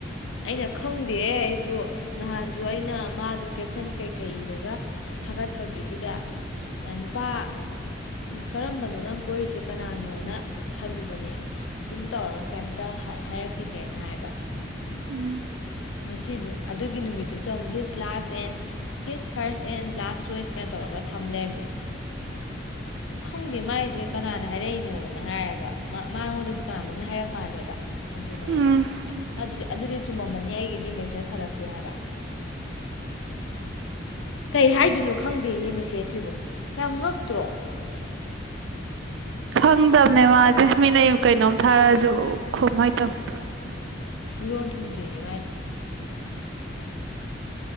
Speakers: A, on the left (about 85°); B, on the right (about 70°).
A: ꯑꯩꯅ ꯈꯪꯗꯦ ꯑꯩꯁꯨ ꯅꯍꯥꯟꯁꯨ ꯑꯩꯅ ꯃꯥꯗꯣ ꯀꯦꯞꯁꯟ ꯀꯩꯀꯩ ꯏꯔꯒ ꯊꯥꯒꯠꯄꯒꯤꯗꯨꯗ ꯅꯨꯄꯥ ꯀꯔꯝꯕꯅꯣ ꯅꯪ ꯀꯣꯏꯔꯤꯁꯦ ꯀꯅꯥꯅꯣꯅ ꯍꯜꯂꯨꯕꯅꯦ ꯁꯤꯟ ꯇꯧꯔꯒ ꯀꯩꯝꯇ ꯍꯥꯏꯔꯛꯈꯤꯗ꯭ꯔꯦꯅ ꯍꯥꯏꯕ
B: ꯎꯝ
A: ꯉꯁꯤꯁꯨ ꯑꯗꯨꯒꯤ ꯅꯨꯃꯤꯠꯇꯨꯁꯨ ꯑꯃꯨꯛ his last and his first and last choice ꯀꯥꯏ ꯇꯧꯔꯒ ꯊꯝ ꯂꯩꯔꯝꯃꯦ ꯈꯪꯗꯦ ꯃꯥꯏꯁꯦ ꯀꯅꯥꯅ ꯍꯥꯏꯔꯛꯏꯅꯣꯅ ꯍꯥꯏꯔꯒ ꯃꯥꯉꯣꯟꯗꯁꯨ ꯀꯅꯥꯅꯣꯝꯅ ꯍꯥꯏꯔꯛ ꯃꯥꯜꯂꯦꯕ ꯍꯟꯖꯤꯟꯅꯩꯑꯅ
B: ꯎꯝ
A: ꯑꯗꯨꯗꯤ ꯑꯗꯨꯗꯤ ꯆꯨꯝꯃꯝꯃꯅꯤ ꯑꯩ ꯃꯦꯁꯦꯁ ꯍꯜꯂꯛꯇꯦ ꯍꯥꯏꯕ ꯀꯩ ꯍꯥꯏꯗꯣꯏꯅꯣ ꯈꯪꯗꯦ ꯃꯦꯁꯦꯖꯁꯤꯕꯨ ꯌꯥꯝ ꯉꯛꯇ꯭ꯔꯣ
B: ꯈꯪꯗꯕꯅꯦ ꯃꯥꯗꯤ ꯃꯤꯅ ꯑꯩ ꯀꯩꯅꯣꯝ ꯊꯥꯔꯛꯑꯁꯨ ꯈꯨꯝ ꯍꯥꯏꯇꯝꯅꯤ
A: ꯃꯤꯔꯣꯟ ꯊꯨꯡꯗ꯭ꯔꯤꯅꯦ ꯃꯥꯏꯗꯣ